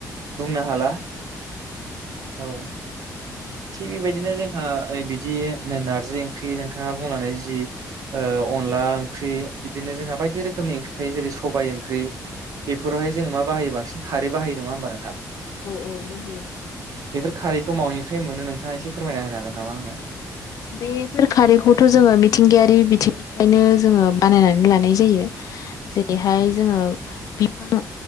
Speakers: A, on the right (about 65°); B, on the left (about 60°).
A: बुंनो हाला औ थि बेबायदिनो जोंहा बिदि नार्जि ख्रि नोंथाङा बुंनानै जि ओ अनला ओंख्रि बिदिनो जोंहा बायदि रोखोम रोखोमनि ओंख्रि थायो जेरै सबाइ ओंख्रि बेफोरावहाय जोङो मा बाहायो बांसिन खारै बाहायो नङा होमबा नोंथां
B: औ औ बाहायो।
A: बेफोर खारैखौ मावनिफ्राय मोनो नोंथाङा एसे फोरमायना होनो हागोन नामा आंनो?
B: बेफोर खारैखौथ' जोङो मिथिंगायारि बिथिंनिफ्रायनो जोङो बानायनानै लानाय जायो जेरैहाय जोङो बिफां